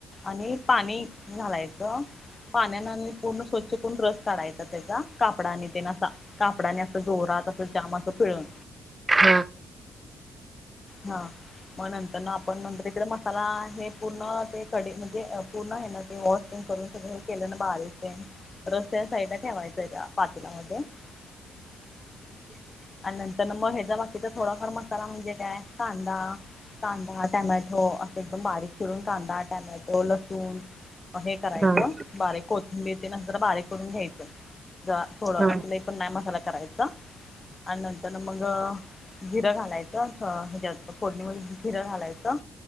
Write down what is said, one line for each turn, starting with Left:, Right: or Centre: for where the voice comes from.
Left: आणि पाणी घालायचं पाण्या आणि पूर्ण स्वच्छ करून रस काढायचा त्याचा कापडा आणि ते नसा कापडाने असं जोरात असं जाम असं फिळून
Right: हा
Left: हा मग नंतर ना आपण नंतर तकडे मसाला हे पूर्ण ते क म्हणजे पूर्ण आहे ना ते वॉ करून सगळ हे केलं ना बाहेारीचे रस्त्या साईड ठेवायचंय त्या पाटूलामध्येध्ये <unintelligible> आणि नंतर मग ह्याचा बाकीचा थोडाफार मसाला म्हणजे काय कांदा कांदा टॅमॅटो असं एकदम बारीक चिरून कांदा टॅमॅटो लसूण हे करायचं
Right: हा
Left: बारीक कोथिंबीरेत नंतर बारीक करून घ्यायचं. थोडं
Right: हा हा हा हा
Left: असलाही पण नाही मझाला करायचं. आणि नंतर मग जिरं घालायचं हच्यात फोडणीमध्ये झिरं घालायचं